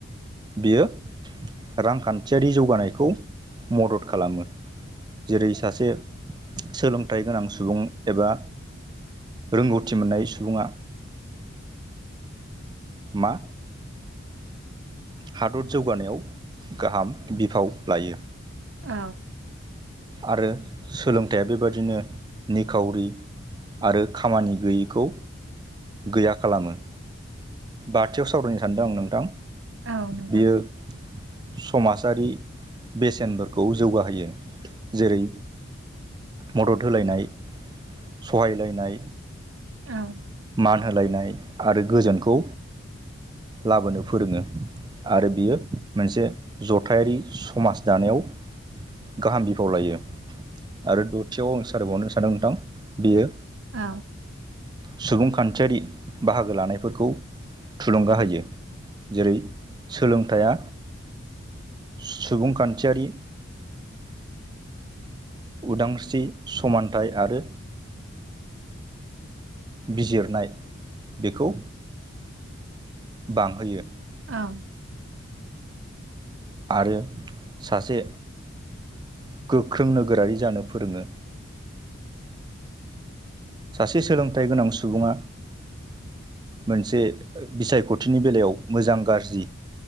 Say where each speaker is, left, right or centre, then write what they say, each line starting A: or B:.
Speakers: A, on the right; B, on the right.
A: बियो रांखान्थियारि जौगानायखौ मदद खालामो। जेरै सासे सोलोंथाइ गोनां सुबुं एबा रोंगौथि मोननाय सुबुङा मा हादर जौगानायाव गाहाम बिफाव लायो
B: औ।
A: आरो सोलोंथाइया बेबादिनो निखावरि आरो खामानि गैयैखौ गैया खालामो। बाथियाव सावरायनो सान्दों आं नोंथां
B: औ नोंथां।
A: बियो समाजारि बेसेनफोरखौ जौगाहोयो जेरै मदद होलायनाय सहायलायनाय
B: औ।
A: मान होलायनाय आरो गोजोनखौ लाबोनो फोरोङो आरो बियो मोनसे जथायारि समाज दानायाव गाहाम बिफाव लायो आरो दथियाव आम सावरायबावनो सानदों नोंथां बेयो
B: औ।
A: सुबुंखान्थियारि बाहागो लानायफोरखौ थुलुंगा होयो जेरै सोलों थाया सुबुंखान्थियारि उदांस्रि समानथाइ आरो बिजिरनाय बेखौ बांहोयो
B: औ।
A: आरो सासे गोख्रों नोगोरारि जानो फोरोङो। सासे सोलोंथाइ गोनां सुबुङा मोनसे बिसायख'थिनि बेलायाव मोजां गाज्रि